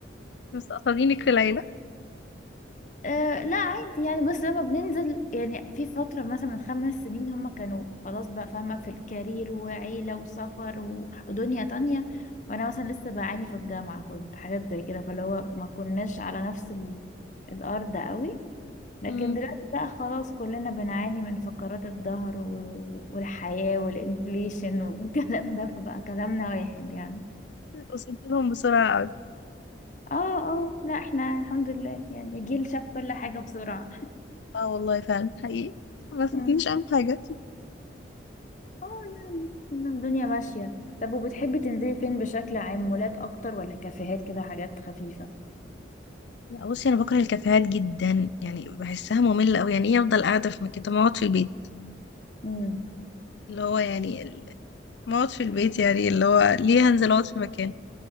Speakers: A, on the left (about 65°); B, on the left (about 40°).
A: مستقصدينك في العيلة
B: أه لا عادي يعني بس لما بننزل يعني في فترة مثلا من خمس سنين هما كانوا خلاص بقى فاهمة في الكارير وعيلة وسفر و- ودنيا تانية وأنا مثلا لسه بعاني في الجامعة كنت حاجات زي كده فاللي هو ما كناش على نفس ال... الأرض قوي لكن
A: مم.
B: دلوقتي بقى خلاص كلنا بنعاني من فقرات الظهر و... والحياة والإنفليشن والكلام ده فبقى كلامنا واحد يعني
A: وصلت لهم بسرعة أوي
B: اه اه لا احنا الحمد لله يعني جيل شاف كل حاجة بسرعة
A: اه والله فعلا حقيقي ما فاتنيش
B: <laughs>
A: أي حاجة
B: اه يعني إن الدنيا ماشية طب وبتحبي تنزلي فين بشكل عام مولات اكتر ولا كافيهات كده حاجات خفيفة
A: لا بصي أنا بكره الكافيهات جدا يعني بحسها مملة أوي يعني إيه أفضل قاعدة في مكان طب ما أقعد في البيت
B: امم
A: اللي هو يعني ما اقعد في البيت يعني اللي هو ليه هنزل اقعد في مكان